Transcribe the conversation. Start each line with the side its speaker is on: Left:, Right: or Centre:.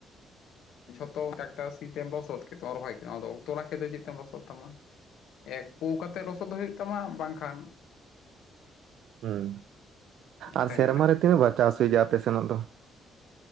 Left: ᱡᱷᱚᱛᱚ ᱴᱟᱠᱴᱟᱨ ᱥᱤᱛᱮᱢ ᱞᱚᱥᱚᱫ ᱠᱮᱫ ᱛᱮᱢ ᱨᱚᱦᱚᱭ ᱠᱮᱫᱟᱢ ᱟᱫᱚᱠ ᱛᱚᱞᱟ ᱠᱷᱮᱛ ᱫᱚ ᱪᱮᱫ ᱛᱮᱢ ᱞᱚᱥᱚᱫ ᱛᱟᱢᱟ ᱮᱠ ᱯᱩ ᱠᱟᱛᱮ ᱞᱚᱥᱚᱫ ᱦᱩᱭᱩᱜ ᱛᱟᱢᱟ ᱵᱟᱝᱠᱷᱟᱱ
Right: ᱦᱩᱸ ᱟᱨ
Left: ᱰᱟᱹᱝᱨᱤ
Right: ᱥᱮᱨᱢᱟ
Left: ᱱᱟᱦᱮᱞ
Right: ᱨᱮ
Left: ᱛᱮ
Right: ᱛᱤᱱᱟᱹᱜ ᱵᱟᱨ ᱪᱟᱥ ᱦᱩᱭᱩᱜ ᱜᱮᱭᱟ ᱟᱯᱮ ᱥᱮᱱ ᱫᱚ